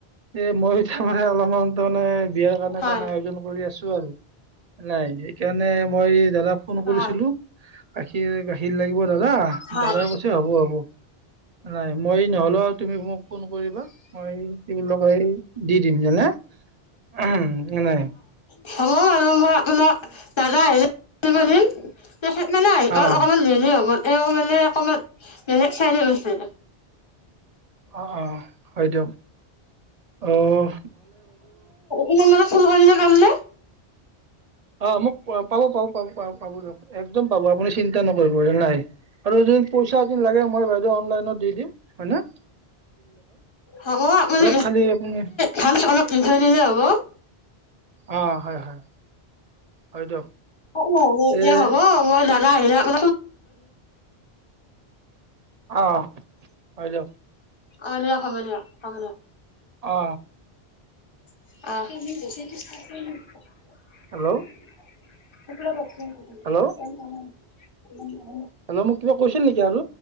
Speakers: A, on the right (about 45°); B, on the left (about 25°).
A: এ মই তাৰমানে অলপমান তাৰমানে বিয়াৰ কাৰণে
B: হয়
A: তানে আয়োজন কৰি আছো আৰু নাই স কেণে মই দাদা ফোন
B: অ
A: কৰিছিলো গাখীৰ গাীৰ শ লাগিব দাদা
B: হয়
A: দাদাই কৈছে হ'ব হ'ব নাই মই নহ'লেও তুমি মোক ফোন কৰিবা মই লগাই দি দিম জানে উ এনোই
B: অসমৰ মানুহৰ মোৰ মপোনাৰ দানা। ম তেখেত মানে হৰি
A: অঁ
B: অকমান ধৰিলেই হ'ল এ মানে অকণমান বেলে চাইছে।
A: অ অ হয় দিয়ক আহ
B: ইনে মানে ফোন কৰিলে পামনে
A: অ মোক পাব পাব পাব পাব দিয়ক একদম পাব আপুনি চিন্তা নকৰিব নাই আৰু য পইচা এ লাগে মই বাইদেউ অনলাইনত দি দিম হয় ন
B: হ'ব মানে
A: খালি আপুনি
B: ভাল অলপ। ধাই লিলে হব
A: অ হয় হয় হয় দিয়ক।
B: ন এতিয়া
A: এই
B: হব মই দাদা আহিলা উ
A: অঁ হয় দ
B: অনিয় খামনীয়াা খামনীয়াা
A: অ
B: অতি সৰা
A: হেল্ল'
B: কথা। এ
A: হেল্ল'
B: উ
A: হেল্ল' মোক কিবা কৈছিল নেকি আৰু